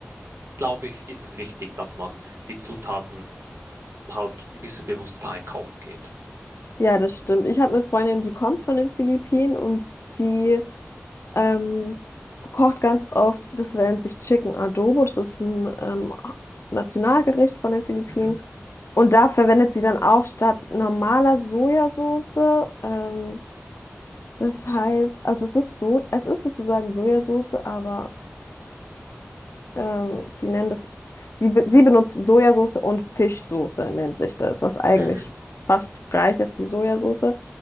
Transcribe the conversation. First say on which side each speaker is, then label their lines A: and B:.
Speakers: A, on the right; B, on the left.
A: glaube ich, ist es wichtig, dass man die Zutaten halt ein bisschen bewusster einkaufen geht.
B: Ja, das stimmt. Ich habe eine Freundin, die kommt von den Philippinen und die ähm, kocht ganz oft, das nennt sich Chicken Adobo. Das ist ein ähm, Nationalgericht von den Philippinen.
A: Mhm.
B: Und da verwendet sie dann auch statt normaler Sojasauce ähm, Das heißt, also es ist so, es ist sozusagen Sojasauce, aber ähm, die nennen das, sie, be- sie benutzt Sojasauce und Fischsoße nennt sich das, was eigentlich
A: Mhm.
B: fast gleich ist wie Sojasauce.